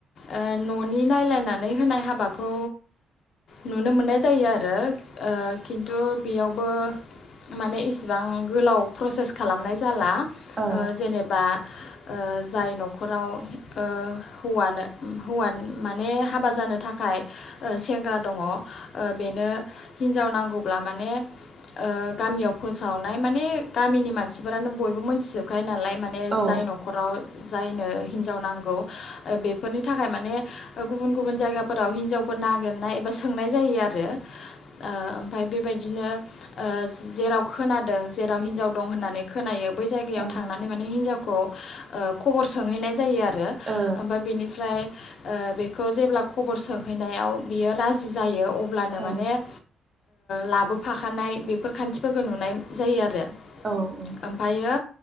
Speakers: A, on the left; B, on the right.
A: ओ न'नि नायलायना नै होनाय हाबाखौ नुनो मोननाय जायो आर <unintelligible> ओ खिन्थु बेयावबो माने इसेबां गोलाव प्रसेस खालामनाय जाला।
B: औ
A: ओ जेनेबा ओ जाय न'खराव ओ हौवानो उम हौवानो माने हाबा जानो थाखाय ओ सेंग्रा दङ ओ बेनो हिनजाव नांगौ अब्ला माने ओ गामियाव फोसावनाय माने गामिनि मानसिफोरानो बयबो मोनथिजोबखायो नालाय माने
B: ओ
A: जाय न'खराव जायनो हिनजाव नांगौ ओ बेफोरनि थाखाय माने ओ गुबुन गुबुन जायगाफोराव हिनजावफोर नागिरनाय एबा सोंनाय जायो आर रो ओ आमफाय बेबायदि दिनो ओ जेराव खोनादों जेराव हिनजाव दं होननानै खोनायो बेै जायगायाव
B: ओ
A: थांनानै माने हिनाव खौ ओ खबर सोंहैनाय जायो आर रो
B: ओ
A: आमफाय बेनिफ्राय ओ बे खौ जेब्ला खबर सोंहैनायाव बियो राजि जायो अ ब्लानो
B: औ
A: माने ओ लाबोफाखानाय बेफोर खान्थिफोरखौ नुनाय जायो आरो।
B: औ ओ ओं
A: आमफायो